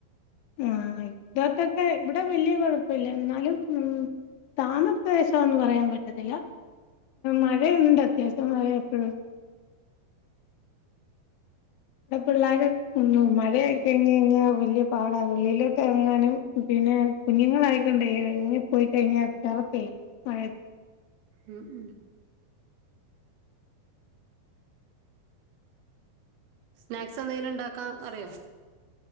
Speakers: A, on the left; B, on the right.
A: ആഹ് ഇതോർത്തൊക്കെ ഇവിടെവെല്ല്യ കുഴപ്പയില്ല എന്നാലും ഉം താന്നപ്രശാ ഒന്നുപറയാപറ്റത്തില്ല മഴയുണ്ട് അത്യാവശ്യംമഴ എപ്പഴും ഇവടെ പിള്ളേര് മഴആയികഴിഞ്ഞ് ഇഞ്ഞവല്ല്യപാടാ വെളിയിലോട്ട്എറങ്ങാനും പിന്നെ കുഞ്ഞുങ്ങളായിക്കൊണ്ടേ ഇങ്ങ് പോയിക്കഴിഞ്ഞാ കേറത്തില്ല മഴആയിരിക്കോ
B: ഉം ഉം സ്നാക്സ് എന്തെലും ഉണ്ടാക്കാം അറിയോ